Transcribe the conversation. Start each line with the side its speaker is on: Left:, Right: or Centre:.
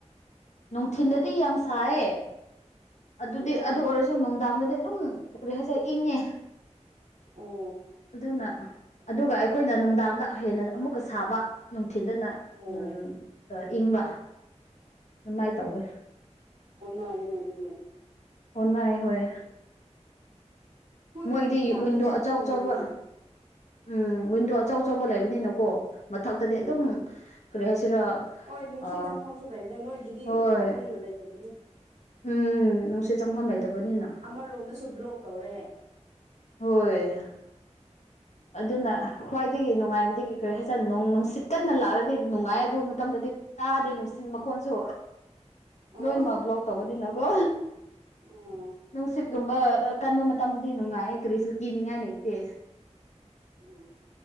Left: ꯅꯨꯡꯊꯤꯟꯗꯗꯤ ꯌꯥꯝ ꯁꯥꯏꯌꯦ ꯑꯗꯨꯗꯤ
Right: ꯑꯣ
Left: ꯑꯗꯨ ꯑꯣꯏꯔꯁꯨ ꯅꯨꯡꯗꯥꯡꯗꯗꯤ ꯑꯗꯨꯝ ꯀꯔꯤ ꯍꯥꯏꯁꯤꯔꯥ ꯏꯪꯉꯦ
Right: ꯑꯣ
Left: ꯑꯗꯨꯅ
Right: ꯐꯔꯦꯅꯦ
Left: ꯑꯗꯨꯒ ꯑꯩꯈꯣꯏꯅ ꯅꯨꯡꯗꯥꯡꯗ ꯍꯦꯟꯅ ꯑꯃꯨꯛꯀ ꯁꯥꯕ ꯅꯨꯡꯊꯤꯟꯗꯅ
Right: ꯑꯣ
Left: ꯎꯝ ꯑꯗꯨꯒ ꯏꯪꯕ ꯑꯗꯨꯃꯥꯏ ꯇꯧꯋꯦ
Right: ꯑꯣꯟꯅꯔꯦꯅꯦ ꯑꯗꯨꯗꯤ
Left: ꯑꯣꯟꯅꯩ ꯍꯣꯏ
Right: ꯑꯩꯈꯣꯏꯒꯤꯅ
Left: ꯃꯣꯏꯗꯤ
Right: ꯅꯨꯡꯗꯥꯡꯗꯗꯤ
Left: ꯋꯤꯟꯗꯣ
Right: ꯑꯗꯨꯝ
Left: ꯑꯆꯧ
Right: ꯅꯨꯡꯉꯥꯏꯌꯦ
Left: ꯑꯆꯧꯕ ꯎꯝ ꯋꯤꯟꯗꯣ ꯑꯆꯧ ꯑꯆꯧꯕ ꯂꯩꯕꯅꯤꯅꯀꯣ ꯃꯊꯛꯇꯗꯤ ꯑꯗꯨꯝ
Right: ꯑꯣ
Left: ꯀꯔꯤ ꯍꯥꯏꯁꯤꯔꯥ
Right: ꯍꯣꯏ ꯅꯨꯡꯁꯤꯠ
Left: ꯑ
Right: ꯆꯪꯐꯝꯁꯨ ꯂꯩꯕꯅꯦ ꯅꯣꯏꯒꯤꯗꯤ
Left: ꯍꯣꯏ
Right: ꯃꯈꯥꯗꯅꯤꯅ ꯂꯩꯇꯕꯗꯣ
Left: ꯎꯝ ꯅꯨꯡꯁꯤꯠ ꯆꯪꯐꯝ ꯂꯩꯇꯕꯅꯤꯅ
Right: ꯑꯃꯔꯣꯝꯗꯁꯨ ꯕ꯭ꯂꯣꯛ ꯇꯧꯔꯦ
Left: ꯍꯣꯏ ꯑꯗꯨꯅ ꯈ꯭ꯋꯥꯏꯗꯒꯤ ꯅꯨꯡꯉꯥꯏꯕꯗꯤ ꯀꯩ ꯀꯔꯤ ꯍꯥꯏꯁꯤꯔꯥ ꯅꯣꯡ ꯅꯨꯡꯁꯤꯠ ꯀꯟꯅ ꯂꯥꯛꯑꯗꯤ ꯅꯨꯡꯉꯥꯏ ꯑꯗꯨ ꯃꯇꯝꯗꯗꯤ ꯇꯥꯗꯦ ꯅꯨꯡꯁꯤꯠ ꯃꯈꯣꯟꯁꯨ
Right: ꯑꯣ
Left: ꯂꯣꯏꯅꯃꯛ ꯕ꯭ꯂꯣꯛ ꯇꯧꯕꯅꯤꯅ ꯒꯣ
Right: ꯑꯣ
Left: ꯅꯨꯡꯁꯤꯠꯀꯨꯝꯕ ꯀꯟꯕ ꯃꯇꯝꯗꯗꯤ ꯅꯨꯡꯉꯥꯏꯌꯦ ꯀꯔꯤꯁꯨ ꯀꯤꯅꯤꯡꯉꯥꯏ ꯂꯩꯇꯦ
Right: ꯎꯝ